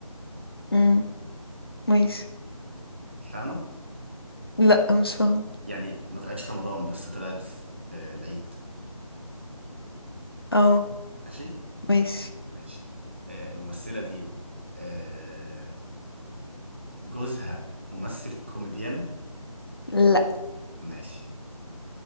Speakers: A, on the left; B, on the right.
A: امم ماشي
B: فاهمة؟
A: لا مش فاهمة
B: يعني ما طلعتش في رمضان بس طلعت في العيد
A: اه
B: ماشي؟
A: ماشي
B: ماشي آه الممثلة دي آه جوزها ممثل كوميديان
A: لا
B: ماشي